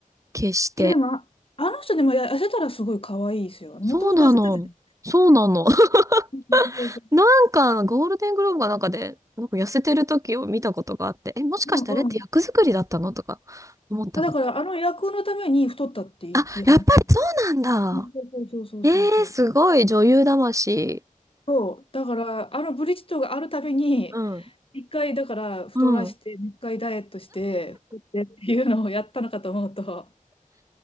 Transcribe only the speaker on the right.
決して。
そうなの。
そうなの。<laughs>
なんか、ゴールデングローブかなんかで、なんか痩せてる時を見たことがあって、え、もしかしてあれって役作りだったのとか思ったこと。
あ、やっぱりそうなんだ。
えー、すごい女優魂。
うん。
うん。